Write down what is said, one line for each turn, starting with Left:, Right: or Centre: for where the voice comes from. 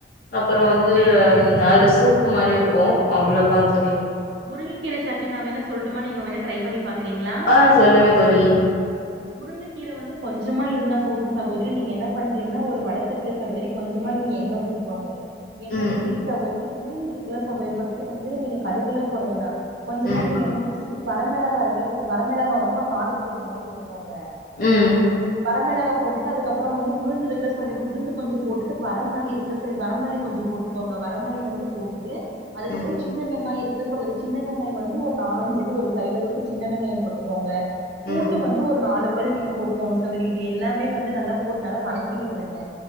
Left: அப்பறோ வந்து
Right: சேரி சேரி
Left: அதுல சூ ப்பு மாரி வெப்போ அவ்ளோதா தோழி
Right: முருங்கக்கீர சட்னினா வேணா சொல்ட்டுமா நீங்க வேணா ட்ரை பண்ணி பாக்கறீங்களா
Left: ஆ சொல்லுங்க தோழி
Right: முருங்க கீர வந்து கொஞ்சமா இருந்தா போது சகோதரி நீங்க என்ன பண்றிங்ன்னா ஒரு வட சட்டில சகோதரி கொஞ்சமா நீங்க எண்ண ஊத்திகொங்க எண்ண
Left: ம்
Right: ஊத்திட்டு சகோதரி உளுந்து இருக்குல்ல சகோ பர்ஸ்ட் வந்து நீங்க கடுகுலா போட வேணா கொஞ்சமா
Left: ம்
Right: நீங்க எண்ண ஊத்தி <inaudible> வரமெளகா இருக்குல்ல செரி வரமெளகா வந்து உங்க காரத்துக்கு ஏத்த மாரி போட்டுக்கோங்க
Left: உம்
Right: வரமிளகா போட்டுட்டு அதுக்கப்புறோ வந்து உளுந்து இருக்குல சாமி உளுந்து கொஞ்ச போட்டுட்டு வர மல்லி இருக்குல சாமி வர மல்லி கொஞ்ச போட்டு கோங்க வரமல்லி வந்து போட்டுட்டு அதுக்கப்புறோ
Left: ம்
Right: சின்ன வெங்காய இருக்குல சாமி சின்ன வெங்காய வந்து ஒரு நாலஞ்சு இது வருத் கையளவுக்கு சின்ன வெங்காய போட்டுக்கோங்க பூண்டு
Left: ம்
Right: வந்து ஒர் <unintelligible> நீங்க போட்டுக்கோங்க சவதி இது எல்லாமே வந்து நல்லா போட்டு நல்லா வணக்கி விட்ருங்க